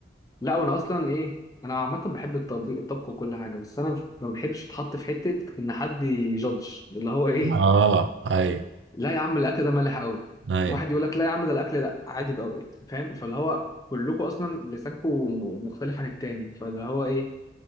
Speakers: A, on the left (about 20°); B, on the right (about 80°).
A: لا وانا اصلا ايه انا عامه بحب الطبيخ الطبخ وكل حاجه بس انا ما بحبش اتحط في حته ان حد يجادج اللي هو ايه
B: اه اي
A: لا يا عم الاكل ده مالح قوي
B: اي
A: واحد يقول لك لا يا عم ده الاكل ده عادي بقى إيه؟ فاهم فاللي هو كلكم اصلا لسانكم مختلف عن التاني فاللي هو ايه